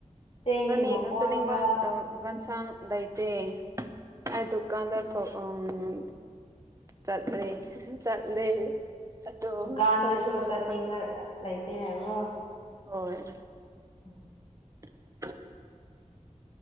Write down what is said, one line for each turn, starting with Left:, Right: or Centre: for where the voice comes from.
Left: ꯆꯦꯡꯒꯤ
Right: ꯆꯥꯅꯤꯡ
Left: ꯃꯈꯣꯟꯔꯥ
Right: ꯆꯥꯅꯤꯡꯕ ꯌꯦꯟꯁꯥꯡ ꯂꯩꯇꯦ ꯑꯗꯨꯀꯥꯟꯗ ꯎꯝ ꯆꯠꯂꯦ ꯆꯠꯂꯦ ꯑꯗꯣ
Left: ꯗꯨꯀꯥꯟꯗꯁꯨ
Right: ꯆꯥꯅꯤꯡꯕ
Left: ꯆꯠꯅꯤꯡꯕ
Right: ꯌꯦꯟꯁꯥꯡ
Left: ꯂꯩꯇꯦ ꯍꯥꯏꯕ꯭ꯔꯣ
Right: ꯍꯣꯏ
Left: ꯎꯝ
Right: <inaudible>